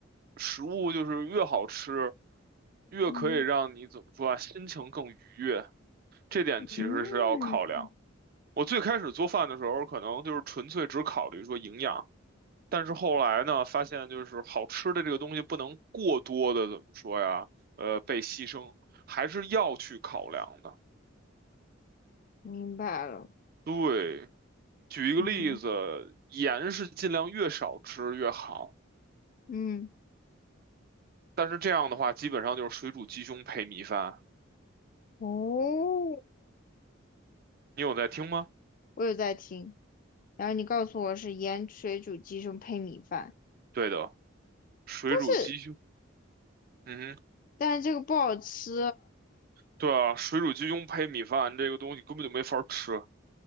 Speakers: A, on the right; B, on the left.
A: 食物就是越好吃，越可以让你怎么说啊，
B: 嗯
A: 心情更愉悦。这点其实是要考量。
B: 嗯，
A: 我最开始做饭的时候，可能就是纯粹只考虑说营养，但是后来呢，发现就是好吃的这个东西不能过多的怎么说呀，呃，被牺牲，还是要去考量的。
B: 明白了，
A: 对，举一个例子，
B: 嗯
A: 盐是尽量越少吃越好。
B: 嗯，
A: 但是这样的话，基本上就是水煮鸡胸配米饭。
B: 哦，
A: 你有在听吗？
B: 我有在听。然后你告诉我是盐水煮鸡胸配米饭，
A: 对的，水煮鸡胸，
B: 但是
A: 嗯哼，
B: 但是这个不好吃，
A: 对啊，水煮鸡胸配米饭这个东西根本就没法儿吃。